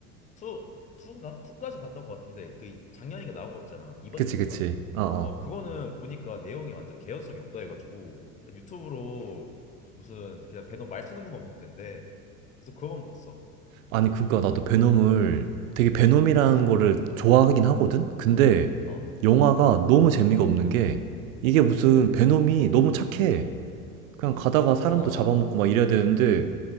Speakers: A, on the left; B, on the right.
A: 투 투인가? 투까지 봤던 것 같은데 그 작년인가 나온 거 있잖아. 이번
B: 그치,
A: 연도인가?
B: 그치. 어, 어.
A: 어, 그거는 보니까 내용이 완전 개연성이 없다 해가지고 그냥 유튜브로 무슨 그냥 배너 말 타는 것만 보면 된대. 그래서 그거만 봤어.
B: 아니, 그러니까 나도 베놈을 되게 베놈이라는
A: 응.
B: 거를 좋아하긴 하거든? 근데
A: 어.
B: 영화가 너무 재미가 없는 게 이게 무슨
A: 어.
B: 베놈이 너무 착해. 그냥 가다가 사람도
A: 아.
B: 잡아먹고 막 이래야 되는데